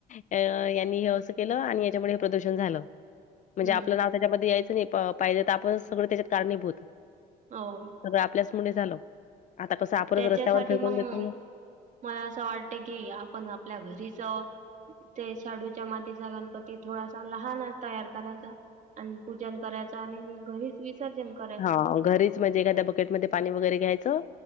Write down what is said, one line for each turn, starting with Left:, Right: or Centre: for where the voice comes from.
Left: अ यांनी हे असं केलं आणि याच्यामुळे हे प्रदूषण झालं म्हणजे
Right: हम्म
Left: आपलं नाव त्याच्यामध्ये यायचं नाही पाहिजे तर आपण सगळं त्याच्यात कारणीभूत
Right: हो <unintelligible>
Left: सगळं आपल्याचमुळे झालं आता कसं आपणच
Right: त्याच्यासाठी
Left: रस्त्यावर फेकून
Right: मग
Left: देतो ना.
Right: मला असं वाटत की आपण आपल्या घरीच आहोत. ते शेडूच्या मातीचा गणपती थोडासा लहान तयार करायचा. आणि पूजन करायचं आणि घरीच विसर्जन करायचं
Left: हा घरीच म्हणजे एखाद्या बकेटमध्ये पाणी वगैरे घ्यायचं.